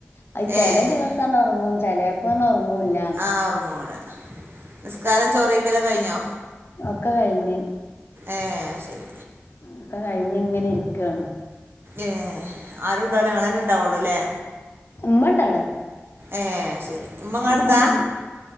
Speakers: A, on the left; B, on the right.
A: അ ചില
B: ഏ
A: ദിവസ് സണ്ട് ഒറങ്ങും ചെലെപ്പോന്നും ഒറങ്ങൂല്ല.
B: ആഹ് ഒറങ്ങൂല നിസ്കാരം ചോറയ്ക്കൽ ഒക്കെ കഴിഞ്ഞോ?
A: ഒക്കെ കഴിഞ്ഞ്.
B: ഏഹ് അയ് ശരി.
A: ഒക്കെ കഴിഞ്ഞിങ്ങനെ ഇരിക്കാണ്.
B: ഏ ആരു ഉണ്ടാവല്ലോ ങ്ങളന്നെ ഉണ്ടാവുള്ളൂ ല്ലേ?
A: ഉമ്മണ്ടവിടെ-
B: ഏഹ്അയ് ശരി. ഇമ്മ ഇങ്ങടുത്താ
A: അമ്മാണ്ട്ന്ന്